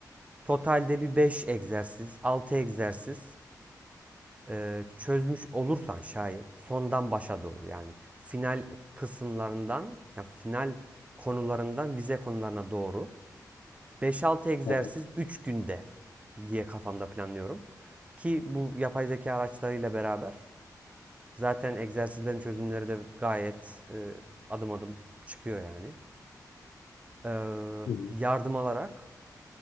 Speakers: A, on the right (about 20°); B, on the left (about 75°).
A: totalde bir 5 egzersiz, 6 egzersiz e, çözmüş olursan şayet sondan başa doğru yani final kısımlarından ya final konularından vize konularına doğru beş altı egzersiz
B: Evet.
A: 3 günde diye kafamda planlıyorum. Ki bu yapay zeka araçlarıyla beraber Zaten egzersizlerin çözümleri de gayet e, adım adım çıkıyor yani. Ee,
B: Hı hı.
A: yardım alarak